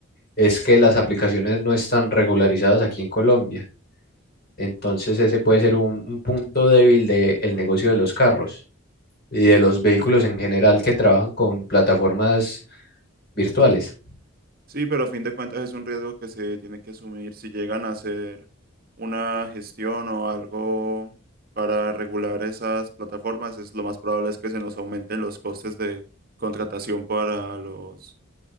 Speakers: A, on the left; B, on the right.
A: es que las aplicaciones no están regularizadas aquí en Colombia. Entonces ese puede ser un, un punto débil del negocio de los carros y de los vehículos en general que trabajan con plataformas virtuales.
B: Sí, pero a fin de cuentas es un riesgo que se tiene que asumir si llegan a hacer una gestión o algo para regular esas plataformas, es lo más probable es que se nos aumenten los costes de contratación para los